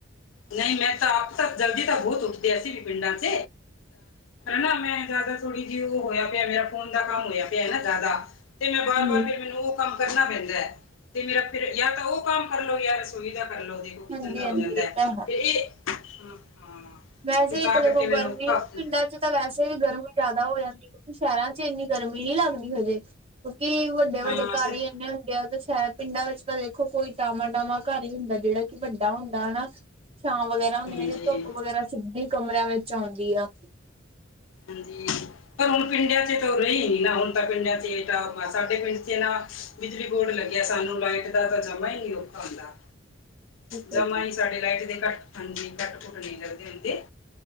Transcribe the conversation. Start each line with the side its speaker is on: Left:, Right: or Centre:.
Left: ਨਹੀਂ, ਮੈਂ ਤਾਂ ਆਪ ਤਾਂ ਜਲਦੀ ਤਾਂ ਬਹੁਤ ਉੱਠਦੀ ਐਸੀੇ ਵੀ ਪਿੰਡਾਂ ਚ। ਨਾ ਮੈਂ ਜ਼ਿਆਦਾ ਥੋੜ੍ਹੀ ਜਿਹੀ ਉਹ ਹੋਇਆ ਪਿਆ। ਮੇਰਾ ਫੋਨ ਦਾ ਕੰਮ ਹੋਇਆ ਪਿਆ ਨਾ ਜ਼ਿਆਦਾ ਤੇ ਮੈਂ ਬਾਰ
Right: ਹੂੰ,
Left: ਬਾਰ ਫਿਰ ਮੈਨੂੰ ਉਹ ਕੰਮ ਕਰਨਾ ਪੈਂਦਾ ਤੇ ਮੇਰਾ ਫਿਰ ਯਾਰ ਤਾਂ ਉਹ ਕੰਮ ਕਰ ਲਓ ਯਾਰ ਰਸੋਈ ਦਾ ਕਰ ਲਓ। ਦੇਖੋ ਕਿਚਣ
Right: ਹਾਂਜੀ-ਹਾਂਜੀ,
Left: ਦਾ ਹੋ ਜਾਂਦਾ।
Right: ਇਹ ਤਾਂ ਹੈ
Left: ਤੇ ਹਾਂ, ਹਾਂ
Right: ਵੈਸੇ
Left: ਤੇ ਤਾਂ
Right: ਇੱਕ ਦੇਖੋ
Left: ਕਰਕੇ ਮੈਨੂੰ
Right: ਗਰਮੀ
Left: ਔਖਾ ਹੋ
Right: ਪਿੰਡਾਂ
Left: ਜਾਂਦਾ
Right: ਚ ਤਾਂ ਵੈਸੇ ਵੀ ਗਰਮੀ ਜ਼ਿਆਦਾ ਹੋ ਜਾਂਦੀ ਕਿਉਂਕਿ ਸ਼ਹਿਰਾਂ ਚ ਇੰਨੀ ਗਰਮੀ ਨੀ ਲੱਗਦੀ ਹਜੇ ਕਿਉਂਕਿ ਵੱਡੇ-ਵੱਡੇ
Left: ਹਾਂ
Right: ਘਰ
Left: ਤੇ
Right: ਹੀ ਏਨੇ ਹੁੰਦੇ ਆ ਓਹਦੇ ਚ, ਹੈ। ਪਿੰਡਾਂ ਵਿੱਚ ਤਾਂ ਦੇਖੋ ਕੋਈ ਟਾਵਾਂ ਟਾਵਾਂ ਘਰ ਹੀ ਹੁੰਦਾ ਜਿਹੜਾ ਕਿ ਵੱਡਾ ਹੁੰਦਾ ਹਨਾ। ਛਾਂ ਵਗੈਰਾ ਹੁੰਦੀ
Left: ਹਾਂਜੀ
Right: ਧੁੱਪ ਵਗੈਰਾ ਸਿੱਧੀ ਕਮਰਿਆਂ ਵਿੱਚ ਆਉਂਦੀ ਆ।
Left: ਹਾਂਜੀ, ਪਰ ਹੁਣ ਪਿੰਡਾਂ ਚ ਤਾਂ ਉਹ ਰਹਿ ਹੀ ਨੀ ਗਿਆ ਹੁਣ ਤਾਂ ਪਿੰਡਾਂ ਚ ਸਾਡੇ ਪਿੰਡ ਚ ਨਾ ਬਿਜਲੀ ਬੋਰਡ ਲੱਗਿਆ ਸਾਨੂੰ ਲਾਈਟ ਦਾ ਤਾਂ ਜਮਾ ਈ ਨੀ ਔਖਾ ਨਹੀਂ ਹੁੰਦਾ। ਜਮਾ
Right: ਹੈ ਜੀ,
Left: ਹੀ ਸਾਡੇ ਲਾਈਟ ਦੇ ਘੱਟ ਹਾਂਜੀ ਕੱਟ ਕੁੱਟ ਨਹੀਂ ਲੱਗਦੇ ਹੁੰਦੇ।